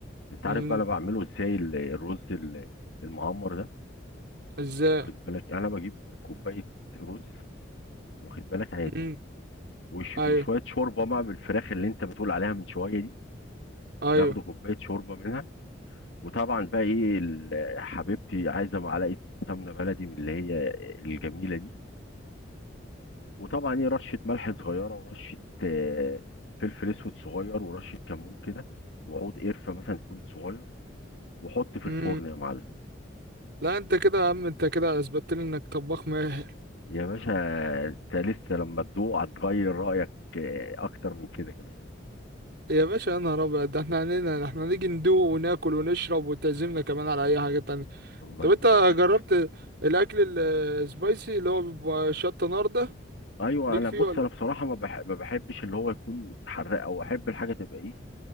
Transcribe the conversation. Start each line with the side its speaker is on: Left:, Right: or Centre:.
Left: انت
Right: مم.
Left: عارف بقى انا بعمله ازاي ال- الرز ال- المعمر ده
Right: ازاي
Left: واخد بالك انا بجيب كوبايه رز واخد بالك عادي
Right: مم.
Left: وش
Right: ايوه
Left: وشويه شوربه بقى بالفراخ اللي انت بتقول عليها من شويه دي
Right: ايوه
Left: ناخده كوبايه شوربه منها وطبعا بقى ايه ال- حبيبتي عايزه معلقه سمنه بلدي من اللي هي الجميله دي وطبعا ايه رشه ملح صغيره ورشه آه، فلفل اسود صغير ورشه كمون كده وعود قرفه مثلا يكون صغير وحط في
Right: مم.
Left: الفرن يا معلم
Right: لا انت كده يا عم انت كده اثبتت لي انك طباخ ماهر
Left: يا باشا انت لسه لما تدوق هتغير رايك آه، اكتر من كده كمان
Right: يا باشا يا نهار ابيض ده احنا علينا احنا نيجي ندوق وناكل ونشرب وتعزمنا كمان على اي حاجة تانية
Left: الله
Right: طب
Left: يبارك
Right: انت
Left: لك
Right: جربت الاكل السبايسي اللي هو بيبقى شطة نار ده
Left: ايوه
Right: ليك
Left: انا
Right: فيه
Left: بص
Right: ولا
Left: انا بصراحه ما بح- ما بحبش اللي هو يكون حراق او احب الحاجه تبقى ايه